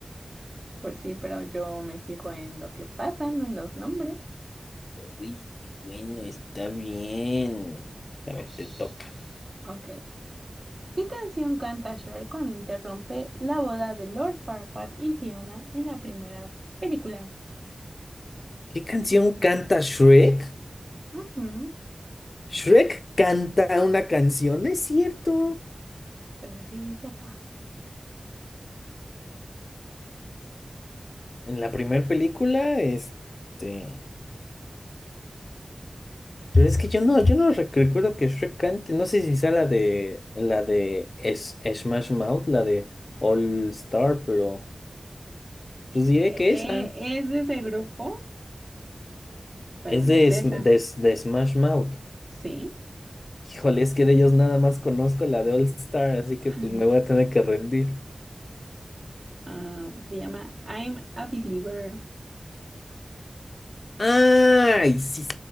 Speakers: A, on the right (about 45°); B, on the left (about 65°).
A: Pues sí, pero yo me fijo en lo que pasa, no en los nombres.
B: Sí, bueno, está bien. A ver,
A: Shh.
B: te toca.
A: Ok. ¿Qué canción canta Cher cuando interrumpe la boda de Lord Farquaad y Fiona en la primera película?
B: ¿Qué canción canta Shrek?
A: Ujú,
B: Shrek canta una canción, ¿no es cierto?
A: Pues así dice acá.
B: En la primera película, este. Pero es que yo no, yo no rec- recuerdo que Shrek cante. No sé si sea la de la de Es- Smash Mouth, la de All Star, pero pues diré
A: E-
B: que
A: e-
B: esa.
A: es de ese grupo, pero
B: Es
A: no
B: de,
A: es
B: Sm-
A: esa.
B: de, S- de Smash Mouth.
A: Sí.
B: Híjole, es que de ellos nada más conozco la de All Star, así
A: Mm.
B: que pues me voy a tener que rendir.
A: Ah, se llama I'm a Believer.
B: Ay, sí. sí.